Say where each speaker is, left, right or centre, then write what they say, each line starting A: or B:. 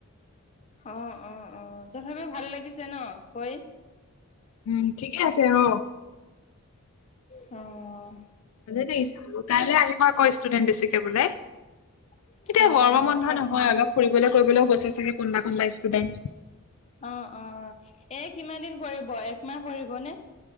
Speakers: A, on the left; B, on the left.
A: অ', অ', অ', থাপিও ভাল লাগিছে ন কৈ।
B: উম ঠিকে আছে আহ।
A: অ',।
B: <unintelligible> বাৰু কাইলৈ আহিবা আকৌ ষ্টুডেন্ট বেছিকে বোলে।
A: <inaudible>
B: এতিয়া গৰমৰ বন্ধ
A: পত
B: নহয় অলপ ফুৰিবলৈ কৰিবলৈও গৈচাইছোগে কোনোবা কোনোবা ষ্টুডেণ্ট।
A: অ', অ', এ কিমান দিন কৰিব একমাহ কৰিব নে।